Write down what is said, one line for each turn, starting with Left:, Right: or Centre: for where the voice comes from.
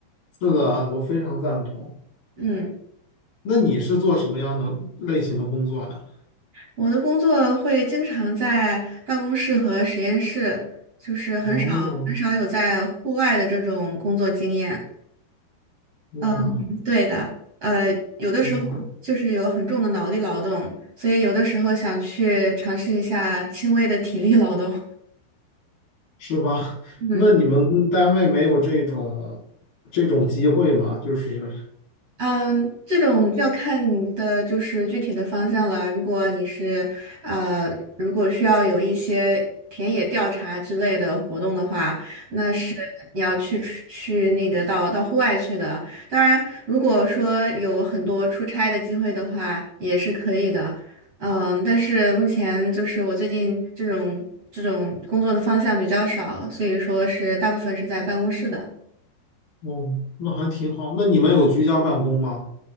Left: 是的，我非常赞同。
Right: 嗯。
Left: 那你是做什么样的类型的工作呀？
Right: 我的工作会经常在办公室和实验室，就是很少很少有在户外的这种工作经验。
Left: 哦，哇，
Right: 嗯，对的，呃，有的时候就是有很重的脑力劳动，
Left: 很好。
Right: 所以有的时候想去尝试一下轻微的体力劳动。
Left: 是吧？<laughs>
Right: <laughs> 嗯。
Left: 那你们单位没有这种这种机会吗？就是，
Right: 嗯，这种就要看你的就是具体的方向了。如果你是呃，如果需要有一些田野调查之类的活动的话，那是你要去出去那个到到户外去的。当然，如果说有很多出差的机会的话，也是可以的。嗯，但是目前就是我最近这种这种工作的方向比较少，所以说是大部分是在办公室的。
Left: 哦，那还挺好。那你们有居家办公吗？